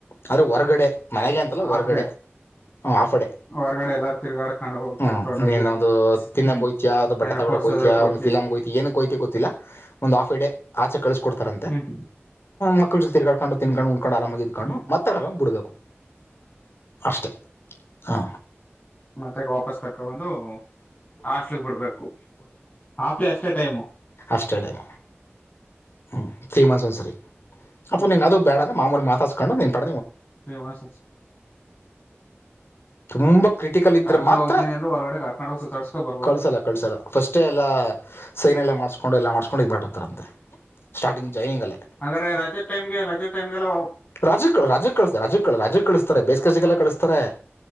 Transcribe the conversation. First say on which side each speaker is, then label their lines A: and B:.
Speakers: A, on the left (about 60°); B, on the left (about 35°).
A: ಆದ್ರರೆ ಹೊರ್ಗಡೆ ಮನೆಗೆ ಅಂತಲ್ಲ
B: ಹಾಫ್
A: ಹೊರ್ಗಡೆ..
B: ಡೇ
A: ಹ ಆಫ್ ಅಡೆ
B: ಹೊರಗಡೆ ಎಲ್ಲಾರು ತಿರ್ಗಾಡ್ಕೊಂಡ್ ಹೋಗಿ
A: ಹ್ಮ
B: ಕರ್ಕೊಂಡ್ ಹೋಗಿ
A: ನೀನ್ನೊಂದು ತಿನ್ನ
B: ಹ್ಮ್
A: ಕೊಯ್ಚ ಅಥವಾ ಬಟ್ಟೆ
B: ಏನಾರ
A: ತಗಡ
B: ಕೊಡ್ಸೋದ್ರೆ
A: ಕೊಯ್ತಿಯ
B: ಕೊಡ್ಸಿ
A: ಒ ಫಿಲಮ್ಯ್ತಿ ಏನ ಕೊಯ್ತ ಗೊತ್ತಲ್ಲ ಒಂದು ಆಫ್ ಎ ಡೇ ಆಚೆ ಕಳಿಸಕೊಡ್ತಾರಂತೆ
B: ಹ್ಮ್
A: ಮಕ್ಕಳ ಜೊ ತಿರ್ಗಕೊಂಡು
B: ಹ್ಮ್
A: ತಿನ್ಕೊಂಡು ಉಂದ್ಕು ಆರಾಮಾಗಿ ಇದ್ಕೊಂಡು
B: ಹ್ಮ್
A: ಮತ್ತೆ ಆರ್ ಬಿಡ್ಬೇಕು ಅಷ್ಟೇ ಹಾ
B: ಮತ್ತೆಗ ವಾಪಸ್ ಕರ್ಕೊ ಬ ದು ಹಾಸ್ಲಿಗ್ ಬಿಡ್ಬೇಕು ಹಾಫಲಿ ಅಷ್ಟೇ ಟೈಮು
A: ಅಷ್ಟ ಡೈಮ ಹ್ಮ್ ತ್ರೀ ಮಂತ್ ಒಂದ ಸರಿ ಅಥವಾ
B: ಹ್ಮ್
A: ನಿ ಅದು ಬೇಡ ಅ್ರೆ ಮಾಮೂಲಿ ಮಾತಾಸ್ಕೊಂಡು ನಿನ್ ಪ
B: <inaudible>
A: ತುಂಬಾ ಕ್ರಿಟಿಕಲ್ ಇದ್ರೆ
B: ಕರ್ಕೊಂಡ್
A: ಮಾತ್ರ
B: ಹೋಗ್ತೀನಿ ಅಂದ್ರೆ ಹೊರಗಡೆ ಕರ್ಕೊಂಡ್ ಹೋಗಿ ಸುತ್ತಾಡ್ಸ್ಕೊ ಬರ್ಬೋದು
A: ಕಳ್ಸಲ್ಲ ಕಳ್ಸಲ್ಲ ಫಸ್ಟೇ ಎಲ್ಲ ಸೈನ್ ಎಲ್ಲ ಮಾಡ್ಸ್ಕೊಂಡು ಎಲ್ಲ ಮಾಡ್ಸ್ ಬತಾರಂತೆ ಸ್ಟಾರ್ಟಿಂಗ್ ಜಾಯ್ನಿಂಗಲ್ಲೇ
B: ಹಾಗಂಗ್ರೆ ರಜೆ ಟೈಮ್ಗೆ ರಜೆ ಟಮ್ಗೆಲ್ಲ
A: ರಾಜ ರಾಜ ಕಳಿಸತಾರೆ ರಾಜ ರಾಜ ಕಳಿಸ್ತಾರೆ ಬೇಸಿಗೆ ರಾಜೆಲ್ಲ ಕಳಿಸ್ತಾರೆ